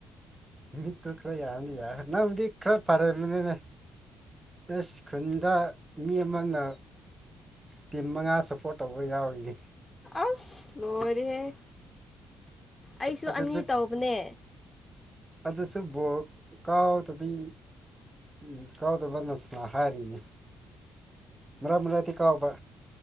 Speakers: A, on the right; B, on the left.
A: ꯃꯤꯠꯇꫭ ꯈꯔ ꯌꯥꯗꯤ ꯅꯪꯕꯨꯗꯤ ꯈꯔ ꯄꯔꯦꯃꯅꯤꯅꯦ ꯑꯦꯁ ꯈꯨꯨꯞꯗ ꯃꯤ ꯑꯃꯅ ꯇꯤꯝ ꯃꯉꯥ ꯁꯞꯄꯣꯔꯠ ꯇꯧꯕ ꯌꯥꯎꯔꯤꯅꯤ
B: ꯑꯁ ꯂꯣꯏꯔꯍꯦ ꯑꯩꯁꯨ
A: ꯑꯗꯨꯁꯨ
B: ꯑꯅꯤ ꯇꯧꯕꯅꯦ
A: ꯑꯗꯨꯁꯨ ꯕꯣꯛ ꯀꯥꯎꯗꯕꯤ ꯎꯝ ꯀꯥꯎꯗꯕ ꯅꯁꯅ ꯍꯥꯏꯔꯤꯅꯤ ꯃꯔꯛ ꯃꯔꯛꯗꯤ ꯀꯥꯎꯕ